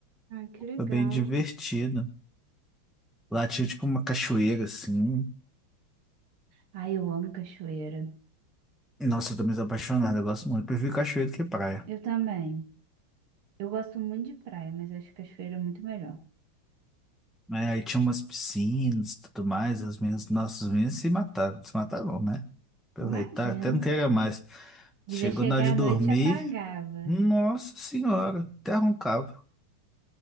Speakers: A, on the right; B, in the centre.
A: Ah, que legal.
B: Foi bem divertido. Lá tinha, tipo, uma cachoeira, assim.
A: Ai, eu amo cachoeira.
B: Nossa, eu tô meio apaixonado, eu gosto muito. Eu prefiro cachoeira do que praia.
A: Eu também. Eu gosto muito de praia, mas eu acho cachoeira é muito melhor.
B: Né, Aí tinha umas piscinas e tudo mais, as meninas, nossos meninos se mataram, se mataram, né? Aproveitar,
A: Imagino.
B: até não queria mais.
A: Devia
B: Chegou
A: chegar
B: na hora de
A: à
B: dormir,
A: noite e apagava.
B: nossa senhora, até roncava.